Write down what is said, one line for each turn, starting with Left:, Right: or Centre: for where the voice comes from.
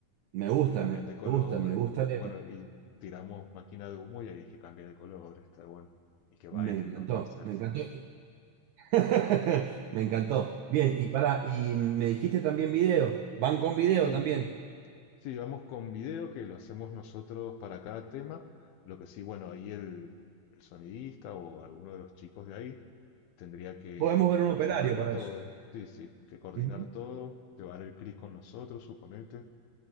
Right: Me
Left: y
Right: gusta,
Left: que cambien
Right: me
Left: de colores.
Right: gusta, me gusta
Left: Bueno,
Right: leer.
Left: y tiramos máquina de humo y ahí que cambie de color, está bueno. Y que bailen
Right: Me encantó,
Left: los láseres.
Right: me encantó. <laughs> Me encantó. Bien, y para, y me dijiste también video, van con video
Left: Sí,
Right: también.
Left: Sí, vamos con video que lo hacemos nosotros para cada tema. Lo que sí, bueno, ahí el, el sonidista o alguno de los chicos de ahí tendría que,
Right: Podemos ver
Left: que
Right: un
Left: coordinarlo
Right: operario para
Left: todo.
Right: eso.
Left: Sí, sí, que coordinar
Right: Ujú.
Left: todo, llevar el clic con nosotros, suponete,